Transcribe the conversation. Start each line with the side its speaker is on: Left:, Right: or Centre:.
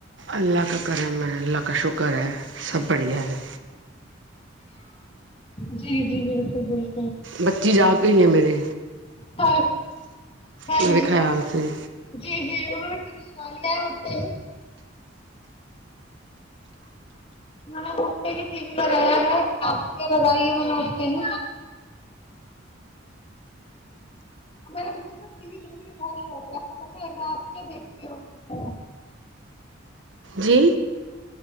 Right: اللہ کا کرم ہے اللہ کا شکر ہے سب بڑھیا ہے
Left: جی جی بالکل بالکل
Right: بچی جاگ ہو ہیں میرے
Left: ہ ہاں
Right: میرے
Left: جی
Right: خیال سے
Left: جی جی انوں نے کیی لگانییا اتے میں نے اھتے ہی ٹی وی لگایا ہے ناشتےیا لگائی ہے میں نے اٹھتے ہی ہمارے بچوں کو ٹی وی دیکھنے میں بہت شوق ہے آپ کو پتہ ہے میں آپ کیا دیکھتی ہوں
Right: جی